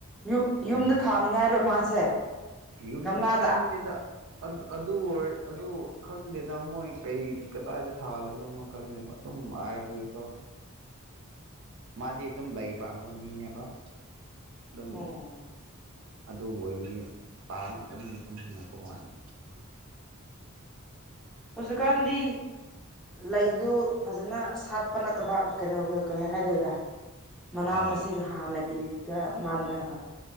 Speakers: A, in the centre; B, on the right.
A: ꯌꯨꯝ
B: ꯃꯣꯏꯗꯣ
A: ꯌꯨꯝꯗ ꯊꯥꯅꯤꯡꯉꯥꯏꯔꯣ ꯃꯥꯁꯦ
B: ꯌꯨꯝ
A: ꯒꯝꯂꯥꯗ
B: ꯈꯪꯗ‌ꯦ ꯗ ꯑꯗꯨ ꯑꯣꯏ ꯑꯗꯨ ꯈꯟꯗꯦꯗ ꯃꯣꯏ ꯀꯩ ꯀꯗꯥꯏꯗ ꯊꯥꯒꯗꯕꯅꯣ ꯀꯪꯅꯕ ꯑꯗꯨꯝ ꯍꯥꯏꯔꯕꯨꯏꯀꯣ ꯃꯥꯗꯤ ꯑꯗꯨꯝ ꯂꯩ ꯄꯥꯝꯕ ꯃꯤꯅꯦꯕ ꯑꯗꯨꯝ
A: ꯑꯣ
B: ꯑꯗꯨ ꯑꯣꯏꯕꯒꯤ ꯄꯥꯃ ꯑꯗꯨꯝ ꯁꯨꯝ ꯍꯥꯉꯛꯄ ꯃꯂ‌ꯦ
A: ꯍꯧꯖꯤꯛꯀꯥꯟꯗꯤ ꯂꯩꯗꯨ ꯐꯖꯅ ꯁꯥꯠꯄ ꯅꯠꯇꯕ ꯀꯩꯅꯣꯒ ꯀꯩ ꯍꯥꯏꯗꯣꯏꯔ ꯃꯅꯥ
B: ꯑꯥ
A: ꯃꯁꯤꯡ ꯍꯥꯟꯅꯒꯤꯒ ꯃꯥꯟꯅ